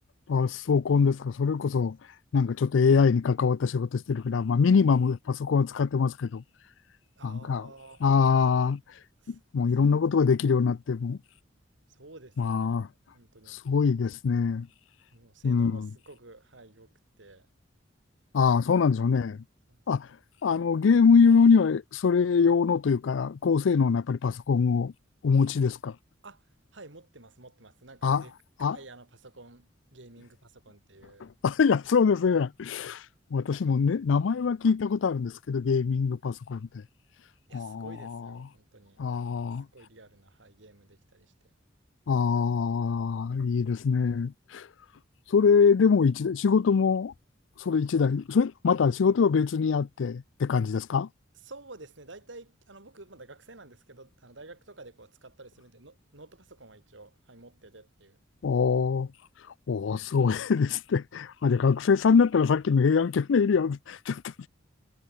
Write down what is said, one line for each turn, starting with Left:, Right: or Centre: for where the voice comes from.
Left: パソコンですか。それこそ、なんかちょっと AI に関わった仕事してるから、まあミニマムパソコンは使ってますけど、
Right: あ
Left: なんか、ああ、
Right: あ、そそう
Left: もういろんなことができるようになっても、
Right: そうですよね。
Left: まあ、
Right: 本当に。
Left: すごいですね。
Right: もう性能もすっごく、
Left: うん。
Right: はい、良くて。
Left: ああ、そうなんでしょうね。
Right: そうですよ。
Left: あ、あの、ゲーム用には、それ用のというか、高性能なやっぱりパソコンをお持ちですか。
Right: あ、はい、持ってます、持ってます。なんか、
Left: あ、
Right: でっかいあのパソコン、
Left: あ、
Right: ゲーミングパソコンっていう。
Left: <laughs> あ、いや、そうですね。私もね、名前は聞いたことあるんですけど、ゲーミングパソコンって。
Right: いや、
Left: ああ、
Right: すごいですよ、本当に。すごいリアルな、
Left: あ
Right: はい、ゲームできたりして。
Left: あ、ああ、いいですね。それでも一台、仕事もそれ一台、それ、また仕事は別にあってって感じですか
Right: そうですね、大体、あの、僕、まだ学生なんですけど、あの大学とかでこう使ったりするんで、ノ、ノートパソコンは一応、はい、持っててっていう。
Left: おーおー、すごいですね。<laughs> まあ、で、学生さんだったらさっきの平安京のエリア、ちょっと